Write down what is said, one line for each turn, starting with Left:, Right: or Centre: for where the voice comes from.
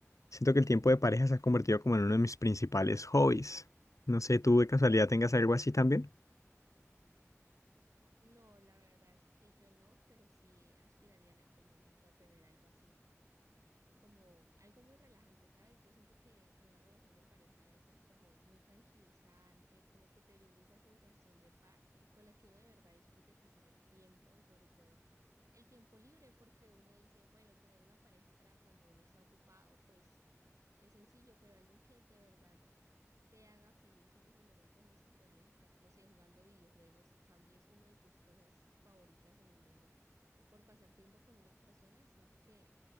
Left: Siento que el tiempo de pareja se ha convertido como en uno de mis principales hobbies. No sé, ¿tú de casualidad tengas algo así también?
Right: No, la verdad es que yo no, pero sí aspiraría en algún momento a tener algo así, como algo muy relajante, ¿sabes? Yo siento que una relación de pareja debe ser como muy tranquilizante, como que te brinde esa sensación de paz y con la que uno de verdad disfrute pasar el tiempo y sobre todo el tiempo libre, porque uno dice, bueno, tener una pareja para cuando uno está ocupado, pues es sencillo, pero alguien que de verdad te haga feliz en esos momentos en los que podrías estar, no sé, jugando videojuegos y cambies uno de tus cosas favoritas en el mundo por pasar tiempo con una persona, siento que